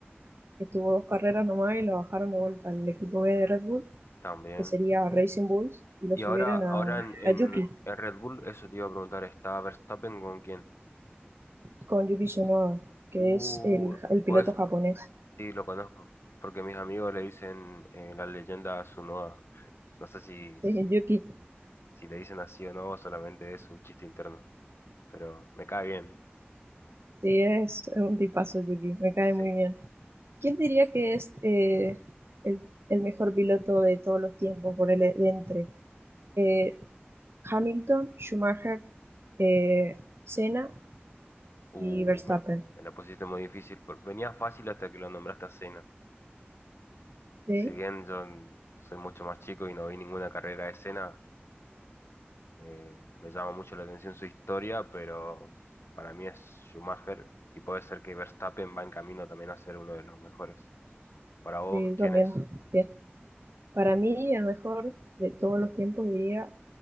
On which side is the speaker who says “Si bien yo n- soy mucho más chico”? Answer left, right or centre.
Left